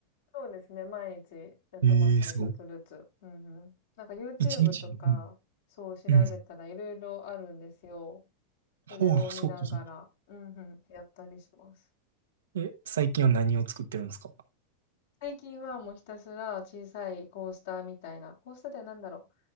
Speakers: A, on the left; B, on the right.
A: そうですね。毎日やってますね。
B: ええすご。
A: ちょっとずつ。うんうん。なんか YouTube
B: 一日に、
A: とか、そう調べたらいろいろあるんですよ。
B: うん。うん。はあ、
A: それを見ながら、
B: そっかそっか。
A: うんうん。やったりします。
B: え、最近は何を作ってるんですか
A: 最近はもうひたすら小さいコースターみたいな、コースターでは何だろう。